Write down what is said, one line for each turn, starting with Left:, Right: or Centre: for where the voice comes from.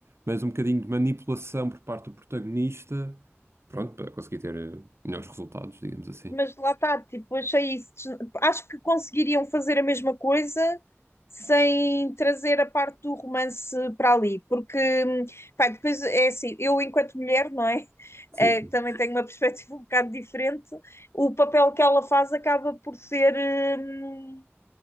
Right: mas um bocadinho de manipulação por parte do protagonista, pronto, para conseguir ter eh, melhores resultados, digamos assim.
Left: mas lá está, tipo, achei isso. des- Acho que conseguiriam fazer a mesma coisa sem trazer a parte do romance para ali, porque, hum, pá, depois é assim, eu enquanto mulher, não é? <laughs>
Right: Sim,
Left: Eh,
Right: sim.
Left: que também tenho uma perspectiva um bocado diferente, o papel que ela faz acaba por ser hum,